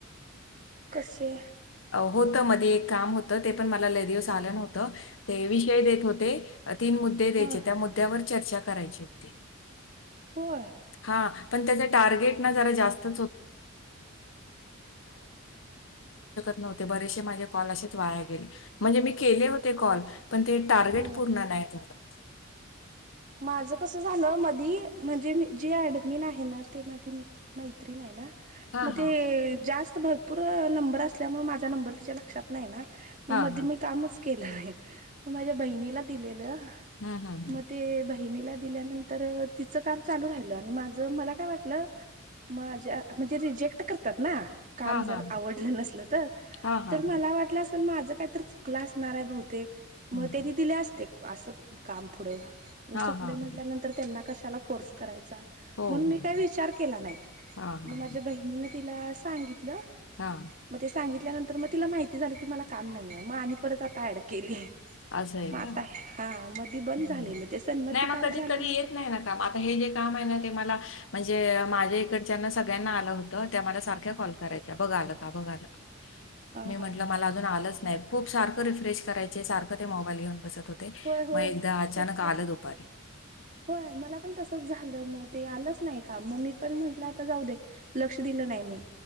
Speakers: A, on the right; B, on the left.
A: कुशी
B: होतं मध्ये एक काम होतं ते पण मला लदिवस आलं नव्हतं ते विषय देत होते तीन मुद्दे द्यायचे
A: हा
B: त्या मुद्द्यावर चर्चा करायची होती
A: होय
B: हा पण त्याच टार्गेट ना ज जास्त <inaudible> न्ह बरेसे माझे कॉल असेच वाया गेले म्हणजे मी केले होते कॉल पण ते टार्गेट
A: अ
B: पूर्ण नाही तुला
A: माझं कसं झालं मधी म्हणजे मी जी ऍडमिन आहे ना ते माझी म मैत्री नाही आहे ना
B: हां,
A: मग
B: हां,
A: ते जास्त भरपूर नंबर असल्यामुळे माझा नंबर तच्या लक्षात नाही ना मग
B: हां,
A: मध्ये
B: हां.
A: मी कामच केलं आहे मग माझ्या बहिणीला दिलेलं
B: हम हम
A: मग ते बहिणीला दिल्यानंतर तिचं काम चालू राहिलं आणि माझ मला काय वाटलं माझ्या म्हणजे रिजेक्ट करतात ना काम
B: हां,
A: जर
B: हां,
A: आवडलं नसलं तर
B: हां, हां,
A: तर मला वाटलं असल माझं काही तर चुकलं असणार आहे बहुतेक मग
B: हं.
A: तरी दिले असते अस काम पुढं
B: हां,
A: चुकले
B: हां,
A: म्हटल्यानंतर
B: हां.
A: त्यांना कशाला फोर्स करायांचा
B: हो,
A: म्हणून
B: हो.
A: मी का विच के नाही
B: हां, हां,
A: माझ्या बहिणीच्या आणि म तिला सांगितलं
B: हा
A: मग ते सांगितल्यानंतर मग तिला माहिती झाली की मला काम नाहीये मग आणि परत आता अडक केलीय
B: असं आहे
A: म आता
B: का?
A: हा मध बंद
B: हं.
A: झालेलं ते सन्मती
B: नाही मग
A: कार्य
B: कधी
A: झाल्यानंतर
B: कधी येत नाही ना काम. आता हे जे काम आहे ना ते मला म्हणजे माझ्या इकडच्यांना सगळ्यांना आलं होत त्या मला सारख्या कॉल करायच्या बघा आलं का बघा आलं
A: <inaudible>
B: का? मी म्हटलं
A: हा
B: मला अजून आलंच नाही खूप सारखं रिफ्रेश करायचे सारखं ते मोबाईल घेऊन बसत होते
A: होय होय
B: मग एकदा अचानक
A: तस
B: आलं दुपारी
A: होय मला पण तसंच झालं मग ते आलंच नाही का मग मी पण म्हंटलं आता जाऊ दे लक्ष दिलं नाही मी